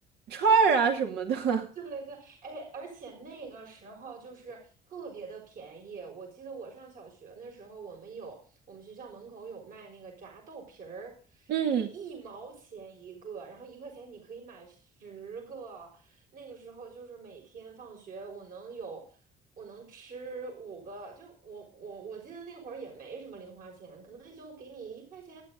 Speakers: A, on the right; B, on the right.
A: 串儿啊什么的。<laughs>
B: 对对对，哎，而且那个时候就是特别的便宜。我记得我上小学的时候，我们有我们学校门口有卖那个炸豆皮儿，
A: 嗯，
B: 它是一毛钱一个，然后一块钱你可以买十个。那个时候就是每天放学，我能有我能吃五个，就我我我记得那会儿也没什么零花钱，可能也就给你一块钱，